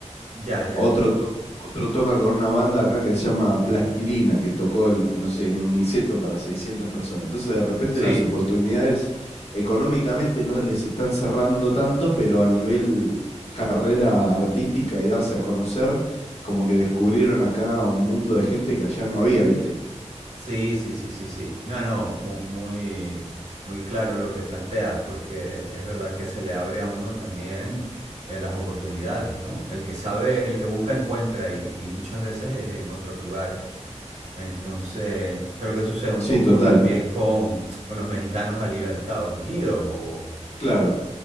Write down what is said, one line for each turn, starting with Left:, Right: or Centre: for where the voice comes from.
Right: ya, ya.
Left: otro, to- otro toca con una banda acá que se llama Plastilina, que tocó, el- no sé, en un Niceto para 600 personas. Entonces, de repente,
Right: Sí,
Left: las oportunidades económicamente no les están cerrando tanto, pero a nivel carrera artística y darse a conocer, como que descubrieron acá un mundo de gente que allá no había, ¿viste?
Right: Sí, sí, sí, sí, sí. No, no, mu- muy, muy claro lo que planteas, porque es verdad que se le abre a uno también eh, las oportunidades, ¿no? El que sabe, el que busca encuentra y, y muchas veces es en otros lugares. Entonces, creo que sucede un
Left: Sí,
Right: poco
Left: total,
Right: también con, con los mexicanos al ir a Estados Unidos o...
Left: claro.